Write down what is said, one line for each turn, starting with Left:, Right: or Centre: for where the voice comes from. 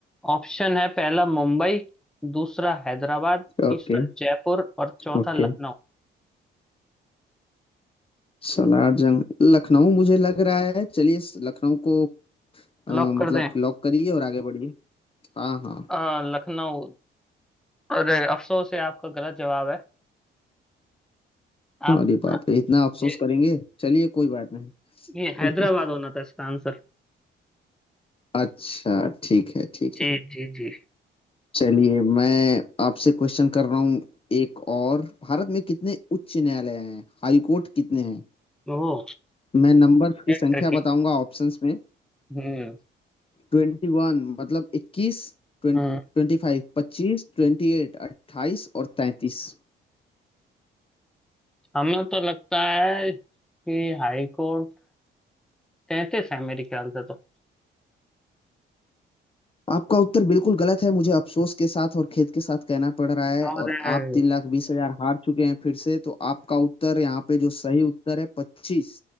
Centre: ऑप्शन है पहला मुंबई दूसरा हैदराबाद
Left: ओके
Centre: तीसरा जयपुर और चौथा
Left: ओके
Centre: लखनऊ
Left: सलार जंग लखनऊ मुझे लग रहा है चलिए इस लखनऊ को अ,
Centre: लॉक
Left: मतलब
Centre: कर दें
Left: लॉक करिए और आगे बढ़िए हाँ हाँ
Centre: आ, लखनऊ अरे अफसोस है आपका गलत जवाब है
Left: अरे
Centre: आप
Left: बाप रे इतना अफसोस
Centre: ये
Left: करेंगे चलिए कोई बात नहीं
Centre: ये हैदराबाद
Left: <laughs>
Centre: होना था इसका आंसर
Left: अच्छा ठीक है ठीक
Centre: जी
Left: है
Centre: जी जी
Left: चलिए मैं आपसे क्वेश्चन कर रहा हूँ एक और भारत में कितने उच्च न्यायालय हैं हाई कोर्ट कितने हैं
Centre: ओह
Left: मैं नंबर्स की
Centre: ट्रिकी
Left: संख्या बताऊंगा ऑप्शंस में
Centre: हम्म
Left: ट्वेंटी वन मतलब इक्कीस ट्वेंटी
Centre: हम्म
Left: फाइव पच्चीस ट्वेंटी एट अट्ठाईस और तैंतीस
Centre: हमें तो लगता है कि हाई कोर्ट तैतीस है मेरे ख्याल से तो
Left: आपका उत्तर बिल्कुल गलत है मुझे अफसोस के साथ और खेद के साथ कहना पड़ रहा है
Centre: और
Left: और आप तीन लाख बीस हजार हार चुके हैं फिर से तो आपका उत्तर यहाँ पे जो सही उत्तर है पच्चीस